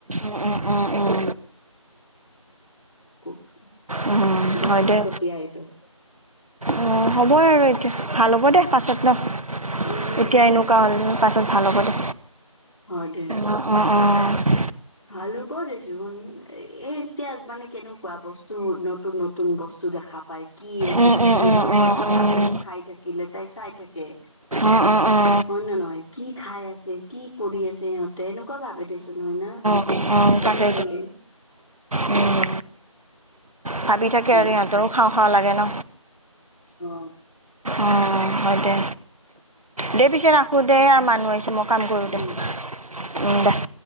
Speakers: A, on the right; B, on the left.
A: উম, উম, উম,
B: <inaudible>
A: উম,
B: বিৰাট
A: হয় দে।
B: উৎপত্তিয়া এইটো।
A: অ', হ'বই আৰু এতিয়া ভাল হ'ব দে পাছত নহ,
B: উম।
A: এতিয়া এনেও <unintelligible> পাছত ভাল হ'ব দে।
B: হয়, দে।
A: অ', অ', অ'।
B: ভাল হ'ব দে চোন এ, এ, এতিয়া মানে কেনেকুৱা বস্তু নতুন, নতুন নতুন বস্তু দেখা পায়। কি এইটো
A: উম,
B: কি
A: উম, উম,
B: সেনেকুৱা
A: উম,
B: থাকে
A: উম,
B: আমিও খাই থাকিলে তাই চাই থাকে।
A: অ', অ', অ',
B: হয়নে নহয়, কি খাই আছে কি কৰি আছে ইহঁতে এনেকুৱা ভাবে দে চোন হয়, না।
A: অ',
B: সৰু
A: তাকটো
B: ছোৱালী
A: উম, ভাবি ভাবি থাকে
B: উম
A: আৰু ইহঁতৰো খাওঁ, খাওঁ লাগে ন!
B: অ
A: অ', হয়, দে। দে পিছে ৰাখোঁ দে, এইয়া মানুহ আহিছে। মই কাম কৰোঁ দে।
B: উম
A: উম, দে।